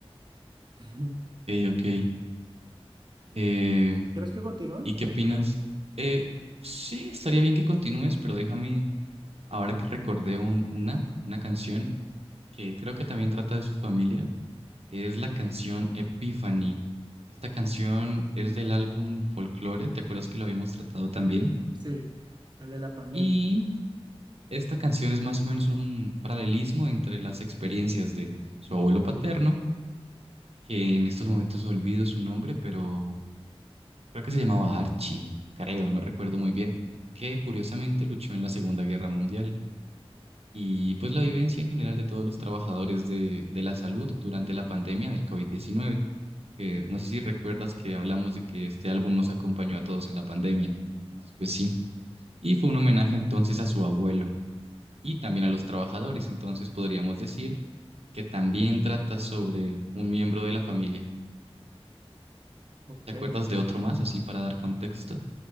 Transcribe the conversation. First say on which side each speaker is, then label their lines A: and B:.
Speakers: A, on the right; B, on the right.
A: <laughs>
B: ok. Eh,
A: ¿Quieres que continúe?
B: ¿y qué opinas? Eh, sí, estaría bien que continúes, pero déjame, ahora que recordé un- una, una canción que creo que también trata de su familia, es la canción Epiphany. Esta canción es del álbum Folklore, ¿te acuerdas que lo habíamos tratado también?
A: Sí, el de la pandemia.
B: Y esta canción es más o menos un paralelismo entre las experiencias de su abuelo paterno, que en estos momentos olvido su nombre, pero creo que se llamaba Archie, creo, no recuerdo muy bien, que curiosamente luchó en la Segunda Guerra Mundial. Y pues la vivencia en general de todos los trabajadores de, de la salud durante la pandemia del covid diecinueve. que no sé si recuerdas que hablamos de que este álbum nos acompañó a todos en la pandemia. Entonces, pues sí. Y fue un homenaje entonces a su abuelo y también a los trabajadores. Entonces podríamos decir que también trata sobre un miembro de la familia.
A: Ok.
B: ¿Te acuerdas de otro más, así para dar contexto?